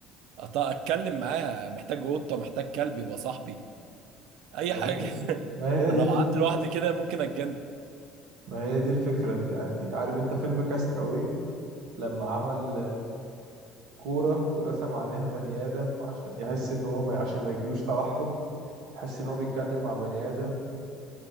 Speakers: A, on the right (about 70°); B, on the right (about 80°).
A: أط- اتكلم معاها محتاج قطه محتاج كلب يبقى صاحبي اي
B: ما
A: حاجه
B: هي دي
A: <laughs>
B: ما هي
A: انا
B: دي
A: لو
B: الفكرة
A: قعدت لوحدي كده ممكن اتجنن
B: ما هي دي الفكرة يعني عارف انت فيلم كاست اواي لما عمل كورة ورسم عليها بني آدم عشان يحس ان هو ما... عشان ما يجيلوش توحد يحس ان هو بيتكلم مع بني آدم